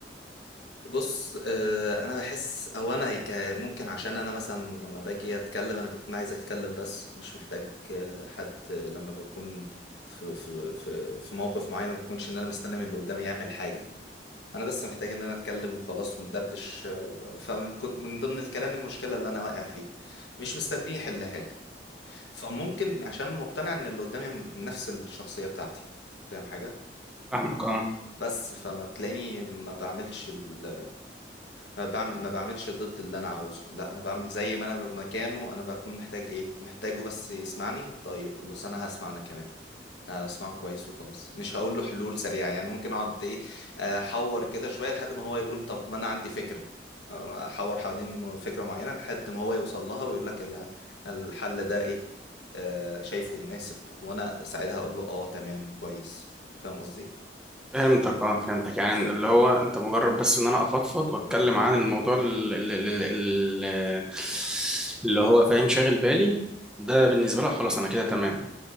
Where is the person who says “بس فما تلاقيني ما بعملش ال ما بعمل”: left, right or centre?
Left